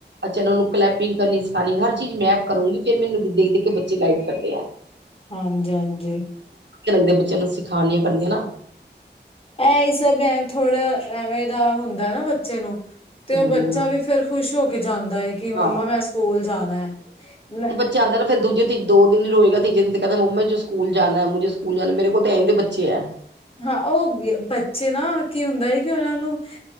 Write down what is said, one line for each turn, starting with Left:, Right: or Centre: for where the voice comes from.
Right: ਅੱਛਾ, ਓਨਾ ਨੂੰ ਕਲੈਪਿੰਗ ਕਰਨੀ ਸਿਖਾਨੀ, ਹਰ ਚੀਜ਼ ਮੈ ਆਪ ਕਰੂੰਗੀ ਫਿਰ, ਮੈਨੂੰ ਦੇਖ-ਦੇਖ ਕੇ ਬੱਚੇ ਗਾਈਡ ਕਰਦੇ ਐ।
Left: ਹਾਂਜੀ- ਹਾਂਜੀ।
Right: ਲਗਦੇ ਬੱਚਿਆਂ ਨੂੰ, ਸਿਖਾਣੀਆਂ ਕਰਦੀਆਂ ਨਾ <unintelligible>
Left: ਐਹੀ ਸਭ ਐਵੇ ਥੋੜ੍ਹਾ ਐਵੇਂ ਦਾ ਹੁੰਦਾ ਨਾ ਬੱਚੇ ਨੂੰ ਤੇ
Right: ਹੂੰ
Left: ਉਹ ਬੱਚਾ ਵੀ ਫੇਰ ਖੁਸ਼ ਹੋ ਕੇ ਜਾਂਦਾ ਏ ਕਿ ਮੰਮਾ
Right: ਹਾਂ
Left: ਮੈਂ ਸਕੂਲ ਜਾਨਾ ਮੈਂ
Right: ਬੱਚੇ ਆਂਦਾ ਨਾ ਫੇਰ ਦੂਜੇ ਦੋ ਦਿਨ ਹੀ ਰੋਏਗਾ ਤੀਜੇ ਦਿਨ ਤੇ ਕਹਿੰਦਾ ਮੰਮਾ ਮੁਜੇ ਸਕੂਲ ਜਾਨਾ ਮੁਜੇ ਸਕੂਲ ਜਾਨਾ ਮੇਰੇ ਕੋਲ ਤੇ ਅਹੋਜੇ ਬੱਚੇ ਹੈ।
Left: ਹਾਂ ਉਹ ਬੱਚੇ ਨਾ ਕੀ ਹੁੰਦਾ ਹੈ ਕਿ ਉਹਨਾਂ ਨੂੰ